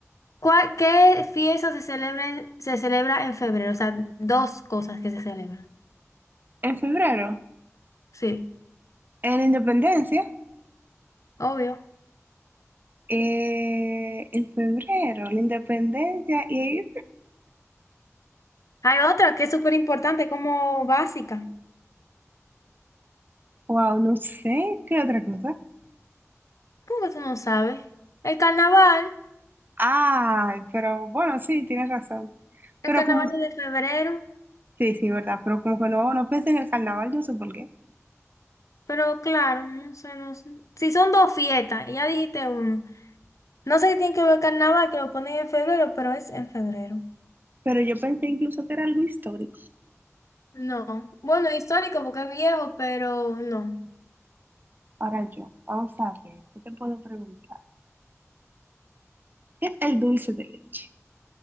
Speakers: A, on the left (about 80°); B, on the right (about 40°).
A: ¿Cuál- qué fiesta se celebra, en- se celebra en febrero? O sea, dos cosas que se celebran.
B: En febrero,
A: Sí,
B: en la independencia,
A: obvio.
B: eh, en febrero, la independencia y,
A: Hay otra que es súper importante, como básica.
B: wow, no sé, ¿qué otra cosa?
A: ¿Cómo que tú no sabes? El carnaval,
B: Ay, pero bueno, sí, tienes razón.
A: el
B: Pero
A: carnaval
B: como,
A: es de febrero.
B: sí, sí, verdad, pero como que no, no pensé en el carnaval, yo sé por qué.
A: Pero claro, no sé, no sé. Si son dos fiestas, ya dijiste uno. No sé qué tiene que ver el carnaval, que lo ponen en febrero, pero es en febrero.
B: Pero yo pensé incluso que era algo histórico.
A: No. Bueno, histórico porque es viejo, pero no.
B: Ahora yo, vamos a ver, ¿qué te puedo preguntar? ¿Qué es el dulce de leche?